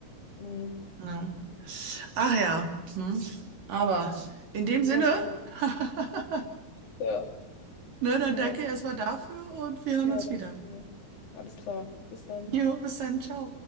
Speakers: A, on the left; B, on the right.
A: Nee.
B: Ja. Ach ja, ne? Aber in dem
A: Wir
B: Sinne,
A: haben ja auch.
B: <laughs>
A: Ja,
B: ne, dann
A: ja,
B: danke erstmal dafür und wir hören
A: ja,
B: uns
A: danke
B: wieder.
A: dir. Alles klar. Bis dann.
B: Jo, bis dann, ciao.